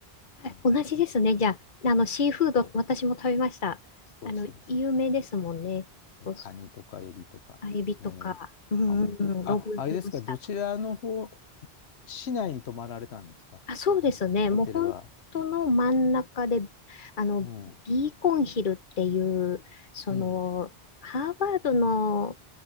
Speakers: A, on the left (about 50°); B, on the left (about 90°).
A: あ、はい同じですね。
B: うん
A: じゃあ、あの、シーフード、
B: そう
A: 私も食べました。
B: そうそうそう。
A: あの、有名ですもんね。
B: え、
A: ボス
B: カニとかエビとか。
A: あエビとか、
B: ねえ。
A: うんうんうん、
B: あ、本当。あ、
A: ロブ、
B: あれですか、
A: ロブスター
B: どちらの方、市内に泊まられたんですか
A: あ、そうですね。
B: ホテルは。
A: もう本当の真ん中で、あの、
B: うん。
A: ビーコンヒルっていう、その、
B: うん。
A: ハーバードの、